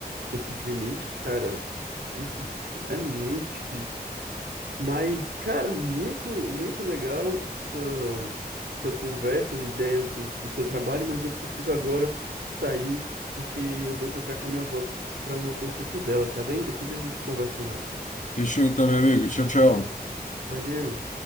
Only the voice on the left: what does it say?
Fechou então, meu amigo. Tchau, tchau.